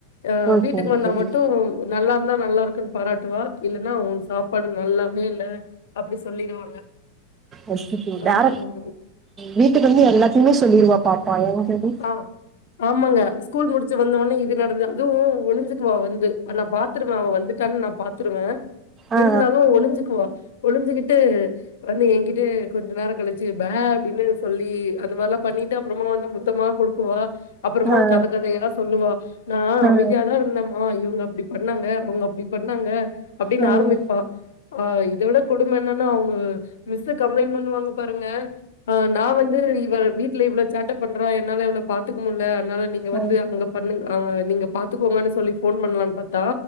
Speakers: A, on the left; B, on the right.
A: அஹ்
B: ஓகேங்க
A: வீட்டுக்கு வந்தா
B: தோழி
A: மட்டும் நல்லா ந்தான் நல்லா இருக்குன்னு பாராட்டுவா இல்லன்னா உன் சாப்பாடு நல்லாவே இல்ல அப்படி சொல்லிடுவாங்க
B: அச்சச்சோ
A: அம்
B: வேற வீட்டுக்குவந்து எல்லா த்துமே சொல்லிடுவா பா ப்பா ஏன் தோழி
A: ஆ ஆமாங்க ஸ்கூல் முடிச்சு வந்த ஒனே இது நடந்து அதுவு ஒளிஞ்சுக்குவா வந்து நா பாத்துருவ அவ வந்துட்டான் நா பாத்துருவ
B: ஆ
A: இருந்தாலு ஒளிஞ்சுக்குவா ஒளிஞ்சுகிட்டு வந்து ஏங்கிட்ட கொஞ்ச நேர கழிச்சு பே அப்டின்னு சொல்லி அந்தமாரிலா பண்ணிட்டு அப்பறமா வந்து சுத்தமா கொடுக்குவா அப்பறமா
B: ஆ
A: கத கதையா சொல்லுவா நா
B: ஆ
A: அமைதியாதா இருந்தம்மா இவ்ங்க அப்டி பண்ணாங்க அவ்ங்க அப்டி பண்ணாங்க அப்டின்னு
B: ஆ
A: ஆரம்பிப்பா,
B: ஆ
A: ஆ, இத விட கொடும என்னன்னா அவங்க மிஸ் கம்ப்ளைன்ட் பண்ணுவாங்க பாருங்க ஆ, நா வந்து இவ வீட்ல இவள சேட்ட பண்றா என்னால இவள பாத்துக்க முடில அதனால நீங்க வந்து
B: ஆ
A: அங்க பண்ணுங் ஆ நீங்க பாத்துக்கோங்கனு சொல்லி ஃபோன் பண்லான்னு பாத்தா